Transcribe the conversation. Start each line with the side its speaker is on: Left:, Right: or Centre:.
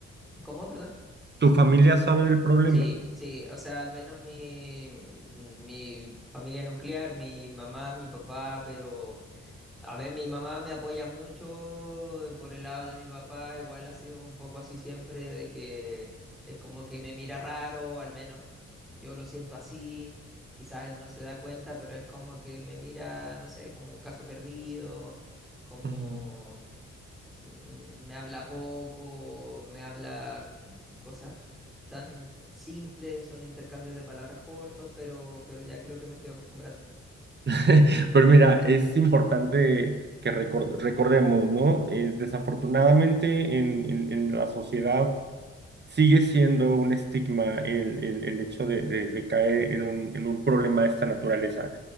Centre: ¿Cómo? Perdón.
Right: tu familia sabe del problema.
Centre: Sí, sí, o sea, al menos mi, mi familia nuclear, mi mamá, mi papá, pero a ver, mi mamá me apoya mucho eh, por el lado de mi papá, igual ha sido un poco así siempre, de que es como que me mira raro, al menos yo lo siento así, quizás él no se da cuenta, pero es como que me mira, no sé, como un caso perdido, como
Right: Ujú.
Centre: mm, me habla poco, me habla cosas tan simples, son intercambios de palabras cortos, pero, pero ya creo que me estoy acostumbrando.
Right: <laughs> Pero mira, es importante que recor- recordemos, ¿no? Es desafortunadamente en, en- en la sociedad sigue siendo un estigma el, el- el hecho de, de- de caer en un, en un problema de esta naturaleza